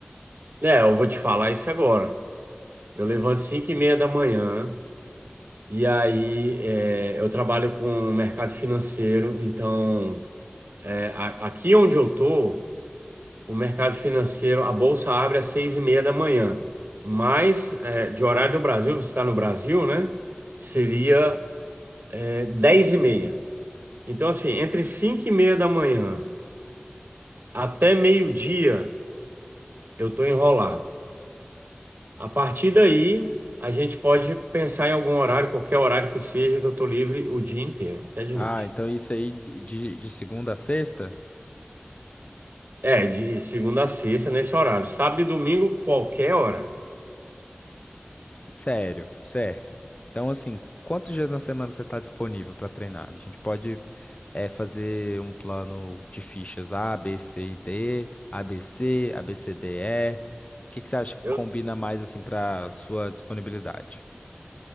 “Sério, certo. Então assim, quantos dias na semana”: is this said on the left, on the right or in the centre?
Left